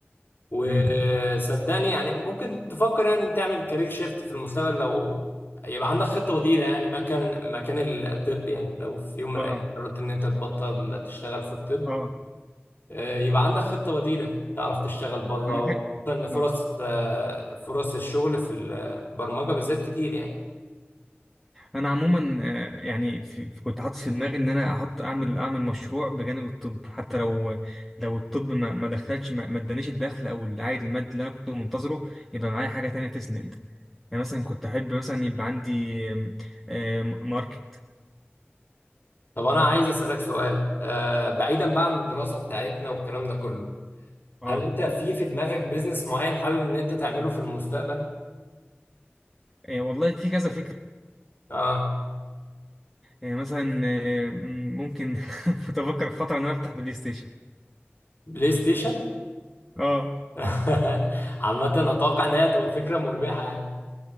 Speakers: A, on the left; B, in the centre.
A: وصدقني
B: مم.
A: يعني ممكن تفكر يعني تعمل كارير شيفت في المستقبل لو يبقى عندك خطة بديلة يعني مكان مكان الطب يعني لو في يوم من
B: اه
A: الأيام قررت إن أنت تبطل تشتغل في الطب
B: اه اه.
A: آه، يبقى عندك خطة بديلة تعرف تشتغل بره
B: انا
A: وخصوصا
B: كده
A: إن فرص
B: اه
A: آه، فرص الشغل في البرمجة بالذات كتير يعني
B: انا عموما آه، يعني في في- كنت حاطط في دماغي ان انا احط اعمل اعمل مشروع بجانب الطب حتى لو لو الطب ما ما دخلش ما ما ادانيش الدخل او العائد المادي اللي انا كنت منتظره يبقى معايا حاجه تانية تسند يعني مثلا كنت احب مثلا يبقى عندي آم، آم، ماركت
A: طب أنا عايز أسألك سؤال آه، بعيدا بقى عن الدراسة بتاعتنا والكلام ده كله
B: اه
A: هل أنت في في دماغك بيزنس معين حابب إن أنت تعمله في المستقبل؟
B: آه، والله في كذا فكره
A: آه
B: آه، مثلا آه، ممكن <laughs> كنت افكر في فتره ان انا افتح بلاي ستيشن
A: بلاي ستيشن؟
B: اه
A: <laughs> عامة أتوقع إن هي تبقى فكرة مربحة يعني